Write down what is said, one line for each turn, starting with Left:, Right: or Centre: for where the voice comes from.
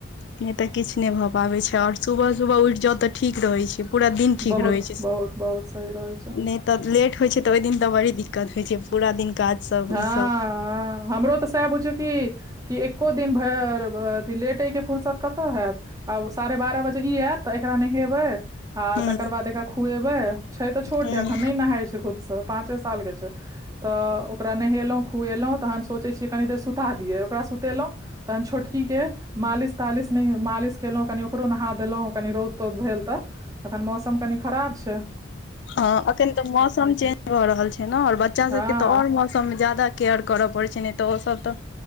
Left: नय तऽ किछु नय भऽ पाबै छै आओर सुबह सुबह उठि जाउ तऽ ठीक रहैत छै। पूरा दिन ठीक
Right: बहुत
Left: रहै छै,
Right: बहुत बहुत सही रहै छै
Left: नै तऽ लेट होइ छै तऽ ओहि दिन तऽ बड़ी दिक्कत होइ छै पूरा दिन काज सब
Right: हँ हँ
Left: ई सब
Right: हमरो तऽ सेएह बुझियौ कि कि एक्को दिन भर अथि लेटयके फुुरसत कतऽ हैत आब साढ़े बारह बजे ई ऐेत तऽ एकरा नहेबै आ
Left: हूँ
Right: तकर बाद एकरा खुएबे छै तऽ छोट
Left: हूँ
Right: अखन नय नहाय छै खुद से पाचे साल के छै त ओकरा नहयेलो खुएलो तखन सोचै छियै कनि देर सुता दियै ओकरा सुतेलहुँ तखन छोटकीके मालिश तालिश नय मालिश केलो कनि ओकरो नहा देलहुँ कनि रौद तौद भेल तऽ तखन मौसम कनि खराब छैय
Left: हँ अखन तऽ मौसम चेंज भऽ रहल छै न और बच्चा
Right: हँ
Left: सब के तऽ और मौसम सबमे ज्यादा केयर करय पड़ैत छै ने तऽ ओसब तऽ